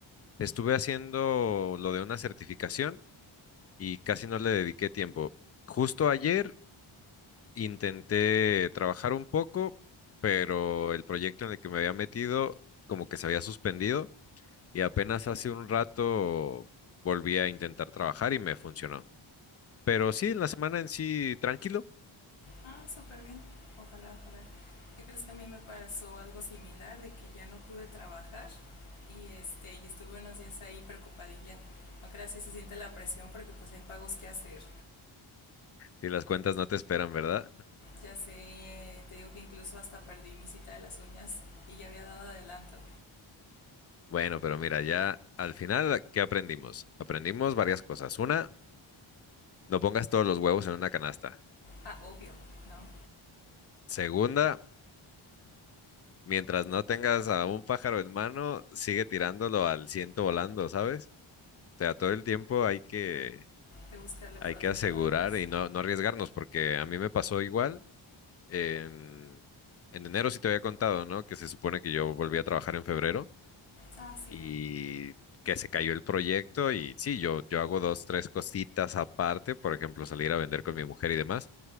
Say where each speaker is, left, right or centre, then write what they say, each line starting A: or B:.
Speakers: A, on the left; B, on the left.
A: estuve haciendo lo de una certificación y casi no le dediqué tiempo. Justo ayer intenté trabajar un poco, pero el proyecto en el que me había metido como que se había suspendido y apenas hace un rato volví a intentar trabajar y me funcionó. Pero sí, en la semana en sí, tranquilo.
B: Ah, súper bien. Ojalá, ojalá. ¿Qué crees que a mí me pasó algo similar de que ya no pude trabajar y este y estuve unos días ahí preocupadilla. No creas si se siente la presión porque pues hay pagos que hacer.
A: Y las cuentas no te esperan, ¿verdad?
B: Ya sé, te digo que incluso hasta perdí mi cita de las uñas y ya había dado adelanto.
A: Bueno, pero mira, ya al final, ¿qué aprendimos? Aprendimos varias cosas. Una, no pongas todos los huevos en una canasta.
B: Ah, obvio, ¿no?
A: Segunda, mientras no tengas a un pájaro en mano, sigue tirándolo al ciento volando, ¿sabes? O sea, todo el tiempo hay que,
B: de buscarle por
A: hay
B: otros
A: que asegurar
B: lados.
A: y no, no arriesgarnos, porque a mí me pasó igual. En, en enero sí te había contado, ¿no? Que se supone que yo volví a trabajar en febrero.
B: Ah, sí.
A: y que se cayó el proyecto y sí, yo, yo hago dos, tres cositas aparte, por ejemplo, salir a vender con mi mujer y demás,